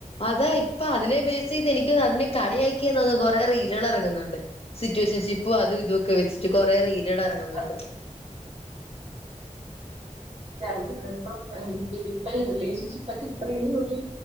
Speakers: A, on the left; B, on the right.
A: അതാ ഇപ്പ അതിനെ ബേസ് ചെയ്ത് എനിക്ക് അതിനെ കളിയാക്കിയാന്ന് തോന്നുന്നു കൊറേ റീലുകൾ ഇറങ്ങുന്നുണ്ട് സിറ്റുവേഷൻഷിപ്പും അതും ഇതും ഒക്കെ വെച്ചിട്ട് കുറൊ റീൽ റീലുകൾ ഇറങ്ങുന്നുണ്ട്
B: എനിക്കറിഞ്ഞൂടാ എനിക്കറിഞ്ഞൂട ഇപ്പ ഈ റിലേഷൻഷിപ്പ് ഒക്കെ ഇത്രയും ഒരു